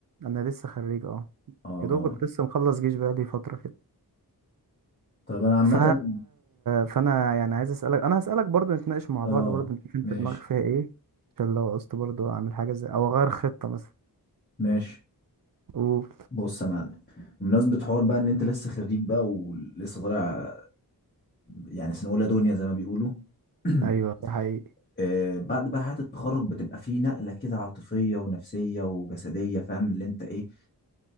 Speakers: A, on the right; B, on the left.
A: انا لسه خريج اه
B: اه
A: يا دوبك لسه مخلص جيش بقالي فترة كده
B: طب انا عامه
A: ف... فانا يعني عايز اسالك انا هسالك برضو نتناقش مع
B: اه
A: بعض برضو نشوف انت
B: ماشي
A: دماغك فيها ايه عشان لو عوزت برضو اعمل حاجة زي او اغير خطة مثلا
B: ماشي
A: قول
B: بص يا معلم بمناسبه حوار بقى ان انت لسه خريج بقى ولسه طالع يعني سنه اولى دنيا زي ما بيقولوا <clears throat>
A: ايوه ده حقيقي
B: آه، بعد بقى حياة التخرج بتبقى فيه نقلة كده عاطفية ونفسية وجسدية فاهم اللي انت ايه